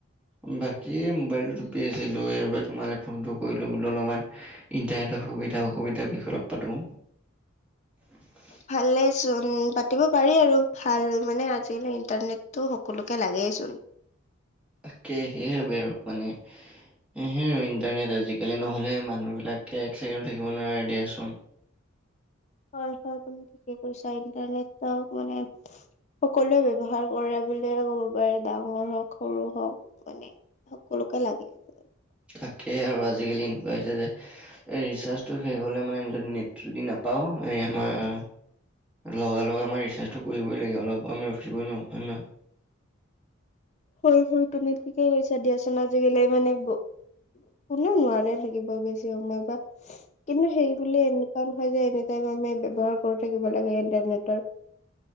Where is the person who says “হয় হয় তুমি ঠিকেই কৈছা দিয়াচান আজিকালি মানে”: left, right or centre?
Left